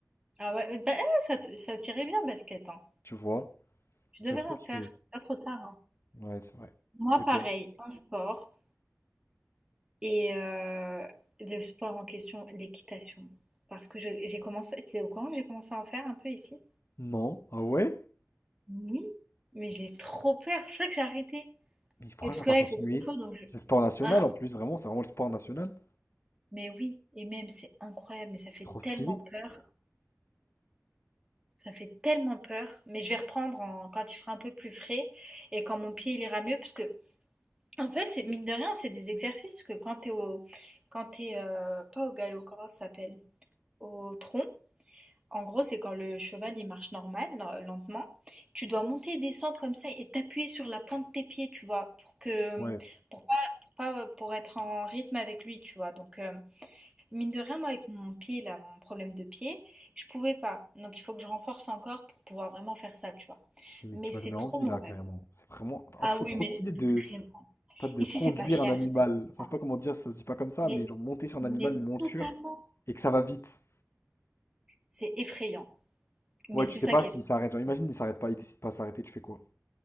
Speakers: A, on the right (about 15°); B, on the left (about 55°).
A: Ah ouais, bah, eh, ça, te- ça t'irait bien, basket, hein.
B: Tu vois?
A: Tu
B: J'aurais
A: devrais
B: trop
A: en
B: kiffé.
A: faire, pas trop tard, hein.
B: Ouais, c'est vrai.
A: Moi,
B: Et toi?
A: pareil, un sport et euh, le sport en question, l'équitation. Parce que je- j'ai commencé, tu sais, au courant, que j'ai commencé à en faire un peu ici.
B: Non. Ah ouais?
A: Oui, mais j'ai trop peur, c'est pour ça que j'ai arrêté.
B: Mais pourquoi
A: Et parce
B: t'as
A: que
B: pas
A: là,
B: continué?
A: il fait trop chaud, donc je...
B: C'est le sport national
A: Hein?
B: en plus, vraiment, c'est vraiment le sport national.
A: Mais oui, et même c'est incroyable, mais ça
B: C'est
A: fait
B: trop stylé.
A: tellement peur. Ça fait tellement peur, mais je vais reprendre en- quand il fera un peu plus frais et quand mon pied il ira mieux, parce que en fait, c'est mine de rien, c'est des exercices, parce que quand t'es au, quand t'es euh, pas au galop, comment ça s'appelle? Au tronc. En gros, c'est quand le cheval il marche normal, len- lentement. Tu dois monter et descendre comme ça et t'appuyer sur la plante de tes pieds, tu vois, pour que,
B: Ouais,
A: pour pas, pour pas, pour être en rythme avec lui, tu vois. Donc euh, Mine de rien, moi, avec mon pied, là, mon problème de pied, je pouvais pas. Donc, il faut que je renforce encore pour pouvoir vraiment faire ça, tu vois.
B: mais
A: Mais
B: tu
A: c'est
B: m'as donné
A: trop
B: envie
A: mon
B: là,
A: rêve.
B: carrément. C'est vraiment. En
A: Ah
B: fait, c'est
A: oui,
B: trop
A: mais
B: stylé de.
A: vraiment.
B: Pas de
A: Ici,
B: conduire
A: c'est pas cher,
B: un animal.
A: c'est pour
B: Enfin, je sais
A: ça.
B: pas comment dire, ça se dit pas comme ça,
A: Mais,
B: mais genre monter sur un
A: mais
B: animal, une monture,
A: tellement,
B: et que ça va vite.
A: c'est effrayant. Mais
B: Ouais,
A: c'est
B: tu sais
A: ça
B: pas
A: qui
B: s'il
A: est trop.
B: s'arrête. Genre, imagine, il s'arrête pas, il décide pas de s'arrêter, tu fais quoi?